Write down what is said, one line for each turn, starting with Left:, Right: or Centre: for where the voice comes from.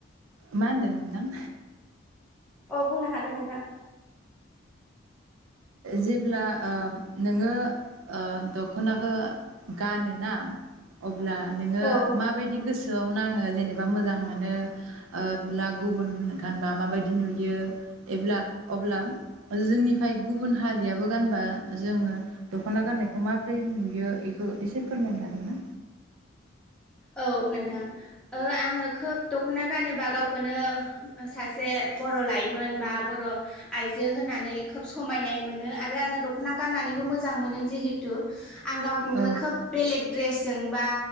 Right: मा होनदों नोंथां?
Centre: अ बुंनो हागोन नोंथां।
Right: जेब्ला ओ नोङो ओ द'खनाखौ गानोना अब्ला नोङो
Centre: औ
Right: माबायदि गोसो गोसोआव नाङो जेनेबा मोजां मोनो ब्ला गुबुन गानबा माबायदि नुयो एब्ला अब्ला जोंनिफ्राय गुबुन हारियाबो गानबा जोङो द'खना गाननायखौ माबोरै नुयो इखौ एसे फोरमायनो हागोनना?
Centre: औ नोंथां ओं आंङो खोब द' द'खना गानोबा गावखौनो सासे बर' लाइमोन बा बर' आइजो होननानै खोब समायनाय मोनो आरो आङो द'खना गाननानैबो मोजां मोनो जिहेथु आं गावखौनो
Right: औ
Centre: खोब बेलेग द्रेसजों बा